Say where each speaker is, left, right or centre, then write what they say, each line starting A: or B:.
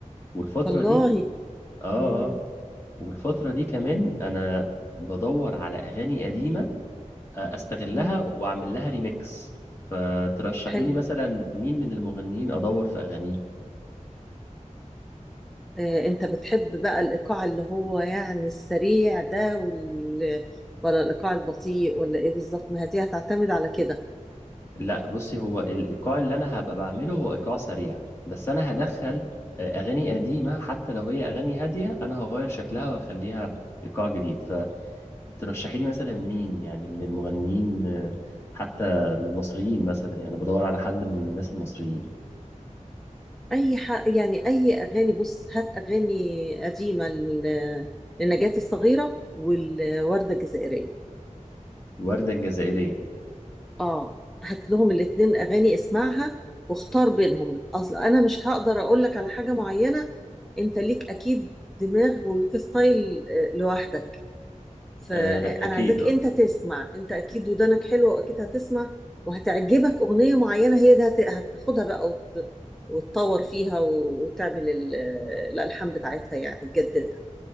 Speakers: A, on the left; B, in the centre.
A: والفترة
B: والله
A: دي اه
B: مم.
A: اه والفترة دي كمان انا بدور على اغاني قديمة آه، استغلها
B: مم.
A: واعمل لها ريميكس فترشحي
B: حلو
A: لي مثلا مين من المغنيين ادور في اغانيه
B: آه، انت بتحب بقى الايقاع اللي هو يعني السريع ده وال... ولا الايقاع البطيء ولا ايه بالظبط ما هي دي هتعتمد على كده
A: لا بصي هو الايقاع اللي انا هبقى بعمله هو ايقاع سريع بس انا هدخل
B: مم.
A: آه، اغاني قديمه حتى لو هي اغاني هاديه انا هغير شكلها وهخليها ايقاع جديد فترشحي لي مثلا مين يعني من المغنيين آه، حتى المصريين مثلا يعني أنا بدور على حد من الناس المصريين
B: اي ح... يعني اي اغاني بص هات اغاني قديمه ل... لنجاة الصغيره والورده الجزائريه
A: وردة الجزائرية
B: اه هات لهم الاتنين اغاني اسمعها واختار بينهم اصل انا مش هقدر اقول لك على حاجه معينه انت ليك اكيد دماغ وليك ستايل آه، لوحدك فانا
A: آه، اكيد
B: عايزاك
A: اه
B: انت تسمع انت اكيد ودانك حلوه واكيد هتسمع وهتعجبك اغنيه معينه هي دي هت- هتاخدها بقى وت- وتطور فيها و- وتعمل ال- آه، الالحان بتاعتها يعني تجددها